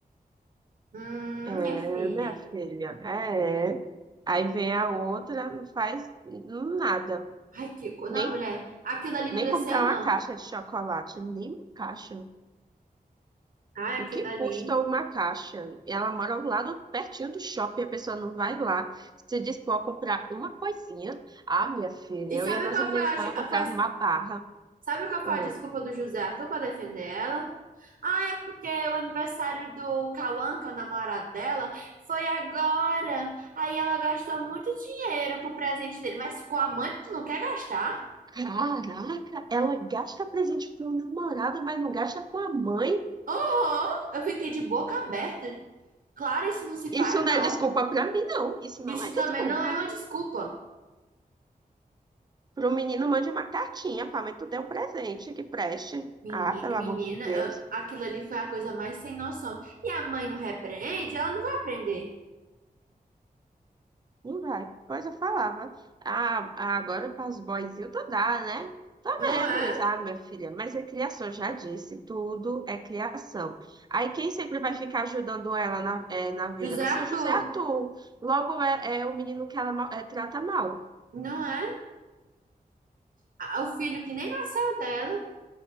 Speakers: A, on the right; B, on the right.
A: Hum,
B: É,
A: minha filha.
B: minha filha, é. Aí vem a outra, não faz nada.
A: Ai, que. co- Não,
B: Nem,
A: mulher, aquilo ali
B: nem
A: não desceu,
B: comprar uma
A: não.
B: caixa de chocolate, nem uma caixa.
A: Ai,
B: O
A: aquilo
B: que custa
A: ali.
B: uma caixa? Ela mora lá no, pertinho do shopping, a pessoa não vai lá, se dispor a comprar uma coisinha. Ah, minha filha,
A: E
B: eu
A: sabe
B: ia nas
A: qual
B: americanas,
A: foi a. ju- a-
B: comprava
A: foi-
B: uma barra.
A: Sabe qual foi
B: Oi.
A: a desculpa do José Arthur pra defender ela? Ah, é porque o aniversário do Cauã, que é o namorado dela, foi agora. Aí ela gastou muito dinheiro com o presente dele, mas com a mãe tu não quer gastar?
B: Caraca, ela gasta presente pro namorado, mas não gasta com a mãe.
A: Oh, eu fiquei de boca aberta. Claro, isso não se
B: Isso
A: faz,
B: não
A: não.
B: é desculpa pra mim, não. Isso
A: Isso
B: não é desculpa.
A: também não é uma desculpa.
B: Pro menino, mande uma cartinha, pá, mas tu deu um presente que preste.
A: Meni-
B: Ah, pelo
A: Menina,
B: amor de Deus.
A: eu- aquilo ali foi a coisa mais sem noção. E a mãe não repreende, ela não vai aprender.
B: Não vai. Pois eu falava. Ah, ah, agora para os boyzinhos tu dá, né? Tá
A: Não
B: vendo
A: é?
B: isso? Ah, minha filha, mas é criação, já disse. Tudo é criação. Aí quem sempre vai ficar ajudando ela na, eh, na vida
A: José
B: vai
A: Arthur,
B: ser o José Arthur. Logo é, é o menino que ela ma- eh, trata mal.
A: não é? A- O filho que nem nasceu dela,